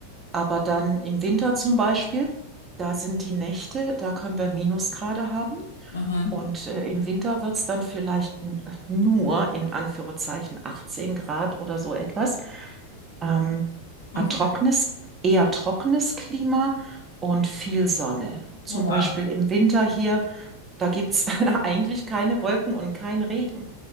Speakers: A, on the right; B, on the left.
A: Aber dann im Winter zum Beispiel, da sind die Nächte, da können wir Minusgrade haben.
B: Aha.
A: Und äh, im Winter wird es dann vielleicht n- nur in Anführungszeichen 18 Grad oder so etwas. Ähm,
B: Okay.
A: ein trockenes, eher trockenes Klima und viel Sonne. Zum
B: Oh, wow.
A: Beispiel im Winter hier, da gibt es <laughs> eigentlich keine Wolken und kein Regen.